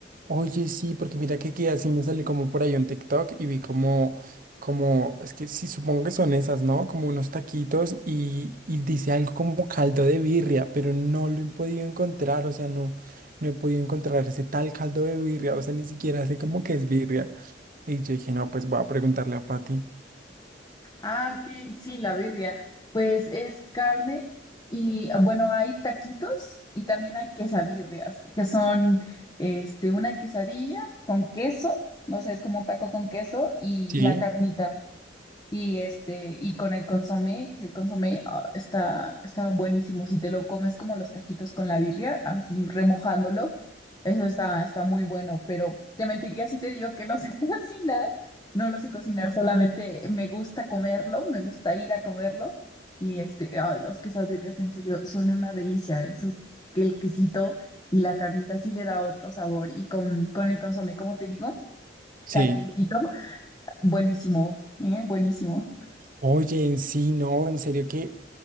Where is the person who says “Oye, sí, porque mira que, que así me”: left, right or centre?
Right